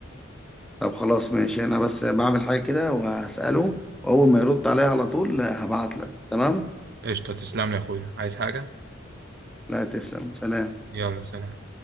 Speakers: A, in the centre; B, on the right.
A: طب خلاص ماشي انا بس بعمل حاجة كده وهسأله واول ما يرد عليا على طول هبعت لك تمام
B: قشطه تسلم لي يا اخويا عايز حاجه
A: لا تسلم سلام
B: يلا سلام